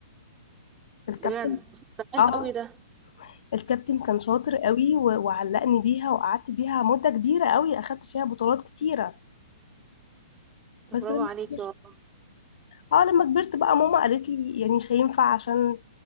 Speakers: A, on the left; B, on the right.
A: الكابتن
B: بجد ده حلو
A: اه
B: قوي ده
A: الكابتن كان شاطر قوي و- وعلقني بيها وقعدت بيها مدة كبيرة قوي اخدت فيها بطولات كتيرة
B: طب
A: بس
B: برافو
A: لما
B: عليكي
A: كبرت
B: والله
A: اه لما كبرت بقى ماما قالت لي يعني مش هينفع عشان